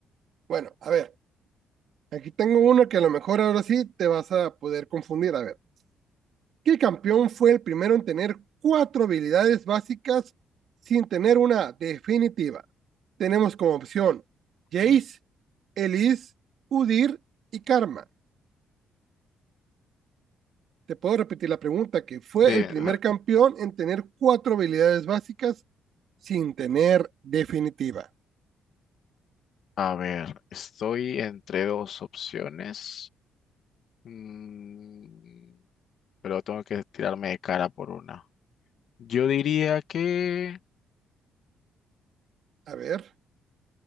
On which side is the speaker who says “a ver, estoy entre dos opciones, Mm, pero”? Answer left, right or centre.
Left